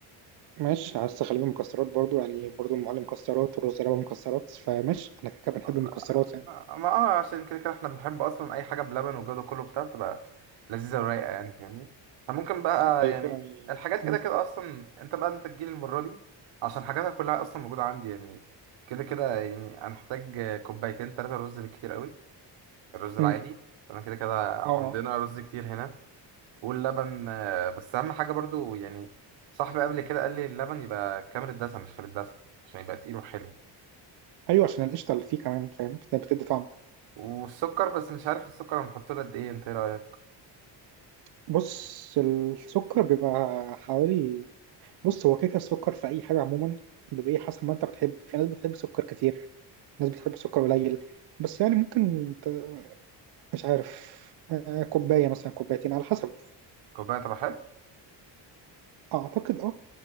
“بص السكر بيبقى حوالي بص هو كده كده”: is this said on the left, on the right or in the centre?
Right